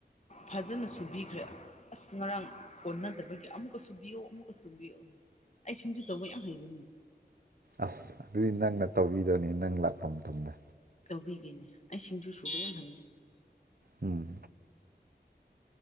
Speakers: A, on the left; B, on the right.
A: ꯐꯖꯅ ꯁꯨꯕꯤꯈ꯭ꯔꯦ ꯑꯁ ꯉꯔꯥꯡ ꯀꯣꯟꯅꯗꯕꯒꯤ ꯑꯃꯨꯛꯀ ꯁꯨꯕꯤꯌꯣ ꯑꯃꯨꯛꯀ ꯁꯨꯕꯤꯌꯣ ꯑꯩ ꯁꯤꯡꯖ ꯇꯧꯕꯩ ꯌꯥꯝ ꯍꯩꯕꯅꯤ
B: ꯑꯁ ꯑꯗꯨꯗꯤ ꯅꯪꯅ ꯇꯧꯕꯤꯗꯕꯅꯤ ꯅꯪ ꯂꯥꯛꯄ ꯃꯇꯝꯗ
A: ꯀꯎꯕꯤꯒꯦꯅ ꯑ ꯏꯁꯤꯡꯖꯨꯁꯨꯕ ꯌꯥꯝꯅ ꯍꯩ
B: ꯎꯝ